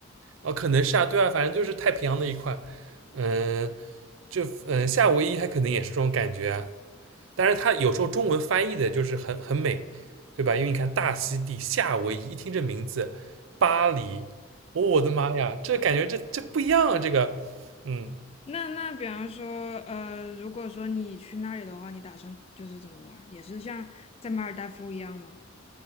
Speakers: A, on the right; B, on the left.
A: 哦，可能是啊，对啊，反正就是太平洋那一块。嗯，就嗯，夏威夷它可能也是这种感觉啊但是它有时候中文翻译的就是很很美，对吧？因为你看大溪地、夏威夷，一听这名字，巴黎，哦我的妈呀，这感觉这这不一样啊！这个，嗯，
B: 那那比方说，呃，如果说你去那里的话，你打算就是怎么玩儿也是像在马尔代夫一样吗？